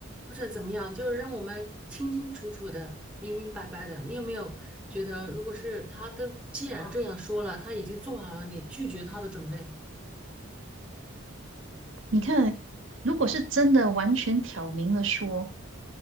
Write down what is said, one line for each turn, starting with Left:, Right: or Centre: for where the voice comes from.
Centre: 或者怎么样，就是让我们清清楚楚的、明明白白的。你有没有觉得，如果是他都既然这样说了，他已经做好了你拒绝他的准备
Right: 你看，如果是真的完全挑明了说，